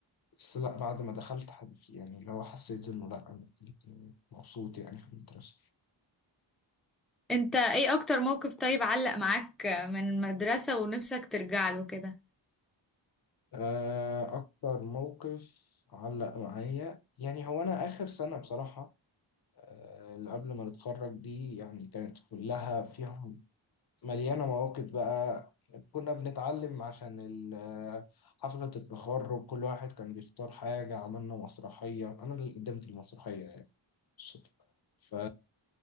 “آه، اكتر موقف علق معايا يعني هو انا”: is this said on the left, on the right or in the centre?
Left